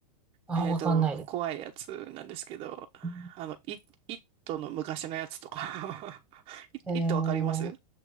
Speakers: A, in the centre; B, on the right (about 30°).
A: あわかんないです。
B: えっと、怖いやつなんですけど、
A: うん
B: あの、イ、イットの昔のやつとか <laughs> イッイットわかります
A: えー、